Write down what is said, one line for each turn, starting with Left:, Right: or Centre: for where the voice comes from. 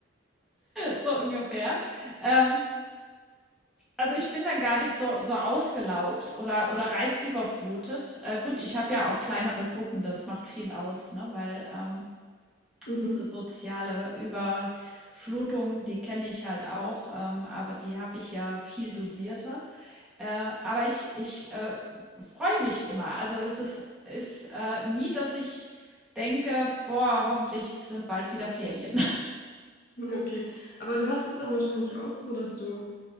Centre: so ungefähr. Ähm, also, ich bin dann gar nicht so so ausgelaugt oder oder reizüberflutet. Äh, gut, ich habe ja auch kleinere Gruppen, das macht viel aus, ne, weil, ähm
Left: <laughs>
Centre: diese soziale Überflutung, die kenne ich halt auch, ähm, aber die habe ich ja viel dosierter. Äh, aber ich, ich äh, freue mich immer. Also es ist, ist äh, nie, dass ich denke, boah, hoffentlich sind bald wieder Ferien. <laughs>
Left: Mhm, okay. Aber du hast es dann wahrscheinlich auch so, dass du